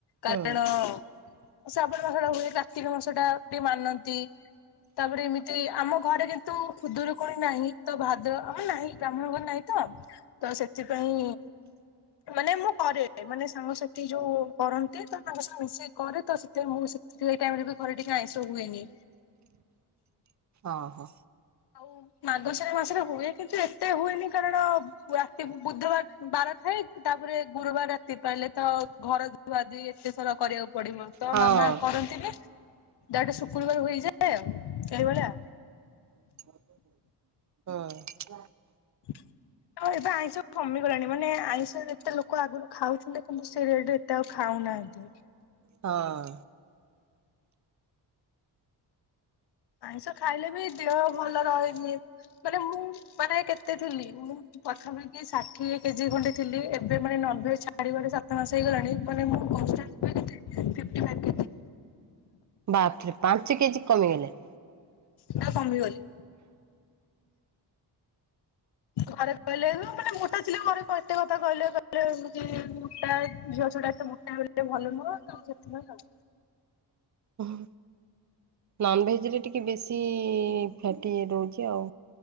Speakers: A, on the left (about 70°); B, on the right (about 45°).
A: କାରଣ
B: ହୁଁ
A: ଶ୍ରାବଣ ମାସ ଟା ହୁଏ କାର୍ତ୍ତିକ ମାସ ଟା ଟିକେ ମାନନ୍ତି ତାପରେ ଏମିତି ଆମ ଘରେ କିନ୍ତୁ ଖୁଦୁରୁକୁଣି ନାହିଁ ତ ଭାଦ୍ର ନାହିଁ ବ୍ରାହ୍ମଣଙ୍କ ନାହିଁ ତ ତ ସେଥିପାଇଁ ମାନେ ମୁଁ କରେ ମାନେ ସାଙ୍ଗସାଥି ଯୋଉ କରନ୍ତି ତ ତାଙ୍କ ସହ ମିଶିକି କରେ ତ ସେଥିପାଇଁ ମୁଁ ସେଇ ଟାଇମରେ ବି ଘରେ ଟିକେ ଆଇଁଷ ହୁଏନି।
B: ଓ ହୋ।
A: ଆଉ ମାର୍ଗଶୀର ମାସରେ ହୁଏ କିନ୍ତୁ ଏତେ ହୁଏନି କାରଣ ରାତି ବୁଧବାର ବାର ଥାଏ ତାପରେ ଗୁରୁବାର ରାତି ପାଇଲେ ତ-ଅ ଘର ଧୁଆ ଦୁଇ ଏତେ ସରା କରିଆକୁ ପଡିମ। ତ
B: ହଁ
A: ମାମା କରନ୍ତିନି ଦାଟେ ଶୁକ୍ରବାର ହୋଇଯାଏ ଆଉ ଏଇଭଳିଆ।
B: ହୁଁ।
A: <inaudible> ଅଁ ଏବେ ଆଇଁଷ କମିଗଲାଣି ମାନେ-ଏ ଆଇଁଷ ଯେତେ ଲୋକ ଆଗୁରୁ ଖାଉଥିଲେ କିନ୍ତୁ ସେ ରେଟ ତେ ଆଉ ଖାଉନାହାନ୍ତି।
B: ହଁ।
A: ଆଇଁଷ ଖାଇଲେ ବି-ଇ ଦେହ ଭଲ ରହେନି, ମାନେ ମୁଁ-ଉ ମାନେ କେତେ ଥିଲି ମୁଁ ପ୍ରଥମେ କି ଷାଠିଏ କେଜି ଖଣ୍ଡେଥିଲି ଏବେ ମାନେ ନଭେ ଛାଡିବାରେ ସାତ ମାସେ ହେଇଗଲାଣି ମାନେ ମୁଁ କନଷ୍ଟାଣ୍ଡ <inaudible> ଫିପଟି ମାର୍କ।
B: ବାପ୍ରେ ପାଞ୍ଚ କେଜି କମିଗଲେ।
A: ନା କମି ଗଲି। ଘରେ କହିଲେ ଉଁ ମାନେ ମୋଟା ଥିଲେ ଘରେ କ ଏତେ କଥା କହିଲେ କଇଲେ-ଏ ତି-ଇ ମୁଟା ଝିଅ ଛୁଟା ଏତେ ମୋ ଟା ହେଲେ ଭଲ ନୁହଁ ତ ସେଥିପାଇଁ ଆଉ।
B: ଉଁ ହୁଁ, ନନଭେଜ ରେ ଟିକେ ବେଶୀ-ଇ ଫ୍ୟାଟି ରୋହୁଚି ଆଉ।